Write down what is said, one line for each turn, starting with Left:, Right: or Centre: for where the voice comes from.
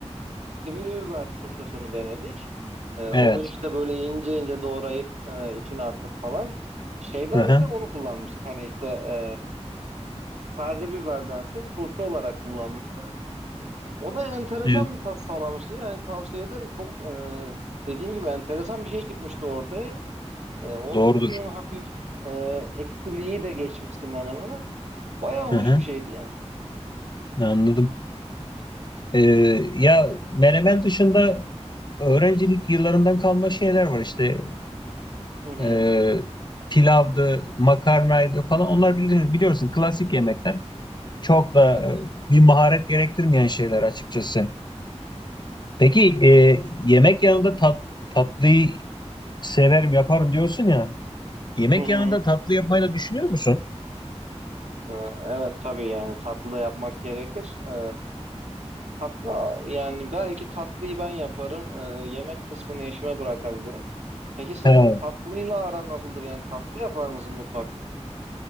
Right: e, sivri biber turşusunu denedik. Ee,
Left: Evet.
Right: onu işte böyle ince ince doğrayıp e, içine attık falan. Şeydense
Left: Hı hı.
Right: onu kullanmıştık. Hani işte e, taze biberdense turşu olarak kullanmıştık. O da enteresan
Left: Evet.
Right: bir tat Evet. sağlamıştı. Yani tavsiye ederim. Çok e, dediğim gibi enteresan bir şey çıkmıştı ortaya. E, o
Left: Doğrudur.
Right: turşunun hafif e, eksiliği de geçmişti menemene. Bayağı hoş
Left: Hı hı.
Right: bir şeydi ya.
Left: Anladım. E, ya menemen dışında öğrencilik yıllarından kalma şeyler var işte.
Right: Hı hı.
Left: E, pilavdı, makarnaydı falan. Onlar bilir, biliyorsun klasik yemekler. çok da
Right: Evet.
Left: e, bir maharet gerektirmeyen şeyler açıkçası. Peki e, yemek yanında tat, tatlıyı severim yaparım diyorsun ya. Yemek
Right: Hı hı.
Left: yanında tatlı yapmayı da düşünüyor musun?
Right: E, Evet tabii yani tatlı da yapmak gerekir. E, hatta yani belki tatlıyı ben yaparım. E, yemek kısmını eşime bırakabilirim. Peki senin
Left: He,
Right: tatlıyla aran nasıldır? Yani tatlı yapar mısın mutfakta?